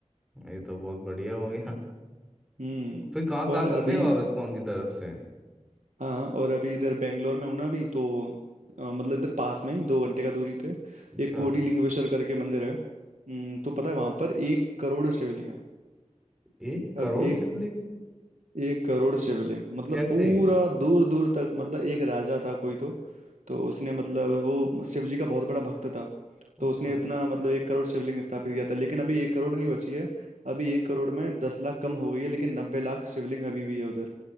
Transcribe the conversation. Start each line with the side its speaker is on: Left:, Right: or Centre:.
Centre: ये तो बहुत बढ़िया हो गया
Right: हम्म
Centre: फिर कहाँ कहाँ
Right: और
Centre: घूमे
Right: अभी
Centre: हो आप इस्कॉन की तरफ से
Right: हाँ और अभी इधर बेंगलोर में हूँ ना अभी तो अ, मतलब इधर पास में ही दो घंटे का दूरी पे
Centre: अच्छा
Right: एक कोटी लिंगेश्वर करके मंदिर है हम्म, तो पता है वहां पर एक करोड़ शिवलिंग है
Centre: एक
Right: अब
Centre: करोड़
Right: एक
Centre: शिवलिंग
Right: एक करोड़ शिवलिंग मतलब
Centre: कैसे
Right: पूरा दूर दूर तक मतलब एक राजा था कोई तो तो उसने मतलब वो शिव जी का बहुत बड़ा भक्त था
Centre: अच्छा
Right: तो उसने इतना मतलब एक करोड़ शिवलिंग स्थापित किया था लेकिन अभी एक करोड़ नहीं बची है अभी एक करोड़ में दस लाख कम हो गई है लेकिन नब्बे लाख शिवलिंग अभी भी है उधर